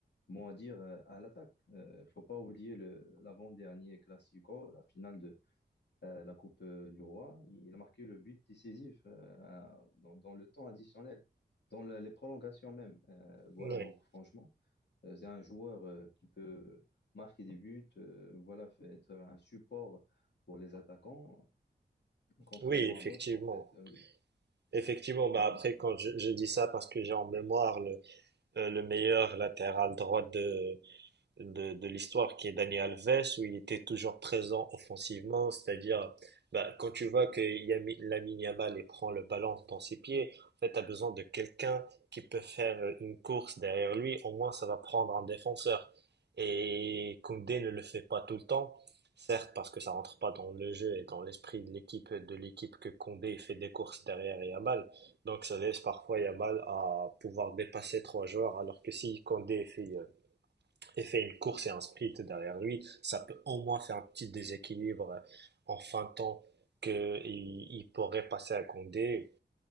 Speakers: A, on the left; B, on the right.
A: mot à dire euh, à l'attaque. Il ne faut pas oublier le, l'avant-dernier Classico, la finale de. euh, la Coupe euh, du Roi. Il a marqué le but décisif euh, à- dans, dans le temps additionnel, dans la- les prolongations même. Euh, voilà,
B: Oui,
A: donc franchement, euh, c'est un joueur euh, qui peut marquer des buts, euh, voilà, fait- être un support pour les attaquants, contrairement
B: oui, effectivement.
A: à d'autres, en fait. Euh, oui,
B: Effectivement, bah
A: oui,
B: après, quand je, je dis ça parce que j'ai en mémoire le, euh, le meilleur latéral droit de, de, de l'histoire qui est Dani Alves, où il était toujours présent offensivement, c'est-à-dire bah, quand tu vois que Yami- Lamine Yamal il prend le ballon dans ses pieds, en fait, tu as besoin de quelqu'un qui peut faire euh, une course derrière lui, au moins ça va prendre un défenseur. Et Koundé ne le fait pas tout le temps, certes parce que ça rentre pas dans le jeu et dans l'esprit de l'équipe de l'équipe que Koundé fait des courses derrière Yamal, donc ça laisse parfois Yamal à pouvoir dépasser trois joueurs, alors que si Koundé fait euh, et fait une course et un sprint derrière lui, ça peut au moins faire un petit déséquilibre en fin de temps qu'il il il pourrait passer à Condé